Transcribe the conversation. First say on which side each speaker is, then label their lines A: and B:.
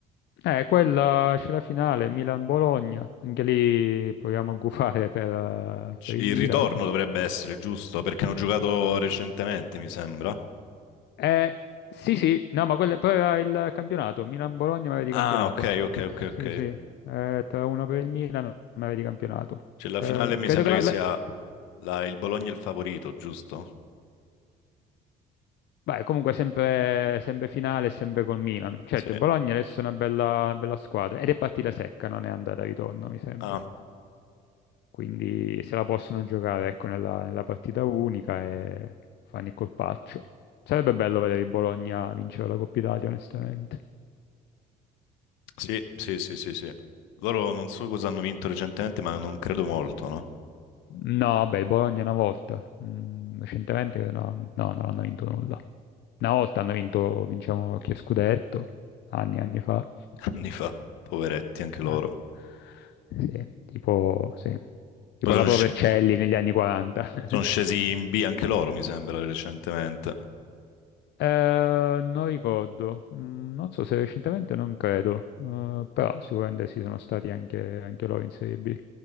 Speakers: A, on the left; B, on the left.
A: Eh, quella c'è la finale, Milan-Bologna, anche lì proviamo a gufare per, eh,
B: C-
A: per il
B: Il
A: Milan.
B: ritorno dovrebbe essere, giusto? Perché hanno giocato recentemente, mi sembra.
A: Eh, sì, sì, no, ma quella, però era il campionato, Milan-Bologna ma era di
B: Ah,
A: campionato.
B: ok, ok, ok,
A: Sì,
B: ok.
A: sì, eh, tra uno per il Milan ma era di campionato.
B: C'è la
A: Eh,
B: finale, mi
A: credo
B: sembra
A: che la,
B: che
A: la-
B: sia la- il Bologna il favorito, giusto?
A: beh, comunque sempre, sempre finale, sempre col Milan. Certo,
B: Sì.
A: il Bologna adesso è una bella, una bella squadra ed è partita secca, non è andata e ritorno, mi sembra.
B: Ah,
A: Quindi se la possono giocare, ecco, nella, nella partita unica e fanno il colpaccio. Sarebbe bello vedere il Bologna vincere la Coppa Italia, onestamente.
B: sì, sì, sì, sì, sì. Loro non so cosa hanno vinto recentemente, ma non credo molto, no?
A: No, beh, il Bologna una volta, mm, recentemente no, no, non hanno vinto nulla. Una volta hanno vinto, vincevano che scudetto, anni e anni fa.
B: <laughs> Anni fa, poveretti anche loro.
A: Ah, sì, tipo, sì. Tipo
B: Poi sono
A: la Provercelli negli anni 40.
B: scesi
A: <laughs>
B: in B anche loro, mi sembra, recentemente.
A: Eh, non ricordo, Mm, non so se recentemente non credo, Eh, però sicuramente sì, sono stati anche, anche loro in Serie B.